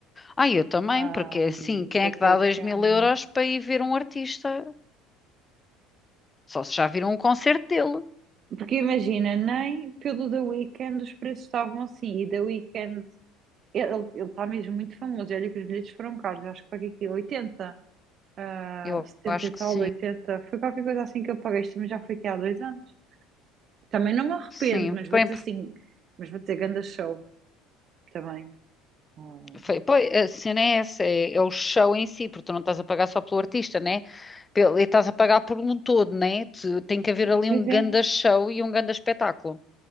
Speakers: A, on the left (about 20°); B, on the right (about 40°).
A: Ah, eu também,
B: Ah,
A: porque é assim, quem
B: vou
A: é que
B: ter
A: dá dois
B: que.
A: mil euros para ir ver um artista? Só se já viram um concerto dele.
B: Porque imagina, nem pelo The Weeknd os preços estavam assim, e The Weeknd, ele ele está mesmo muito famoso, e olha que os bilhetes foram caros, eu acho que paguei aqui 80, ah,
A: Eu
B: 70
A: acho
B: e
A: que
B: tal,
A: sim,
B: 80, foi qualquer coisa assim que eu paguei, isto também já foi aqui há dois anos. Também não me arrependo,
A: sim.
B: mas vou
A: Bem,
B: dizer assim, mas vou dizer ganda show. também. Hum,
A: foi, pois, a cena é essa, é, é o show em si, porque tu não estás a pagar só pelo artista, né? Pelo, e estás a pagar por um todo, né? Tu- tem que haver ali
B: sim,
A: um
B: sim.
A: ganda show e um ganda espetáculo.